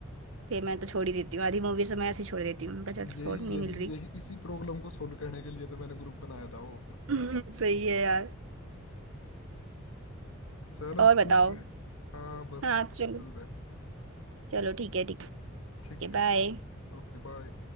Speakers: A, on the right (about 70°); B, on the left (about 80°).
A: फिर मैं तो छोड़ ही देती हूँ आधी मूवी से मैं ऐसे ही छोड़ देती हूँ मैं कहा, चल छोड़
B: यही
A: नहीं
B: यही
A: मिल रही
B: यही इसी प्रॉब्लम को सोल्व करने के लिए तो मैंने ग्रुप बनाया था वो
A: <laughs> सही है यार
B: चलो
A: और बताओ
B: ठीक हाँ बस
A: हाँ चलो
B: चल रहा है
A: चलो ठीक है ठीक
B: ठीक
A: है
B: है
A: बाय
B: जी Okay bye